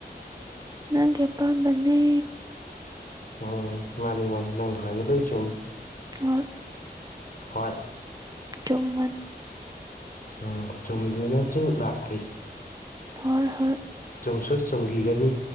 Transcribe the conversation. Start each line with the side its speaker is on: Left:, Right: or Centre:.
Right: ꯅꯪꯒꯦꯄꯥꯝꯕꯅꯤ
Left: ꯎꯝ ꯃꯥꯅꯤ ꯃꯥꯅꯤ ꯅꯪ ꯍꯥꯏꯒꯂꯣꯏ ꯁꯨꯝ
Right: ꯑ
Left: ꯍꯣꯏ
Right: ꯇꯣꯡꯟ
Left: ꯎꯝ ꯆꯨꯝꯗꯅꯁꯨ ꯂꯥꯛꯂꯤ
Right: ꯍꯣꯏ ꯍꯣꯏ
Left: ꯆꯣꯡꯁꯨꯣ ꯆꯣꯡꯈꯤꯒꯅꯤ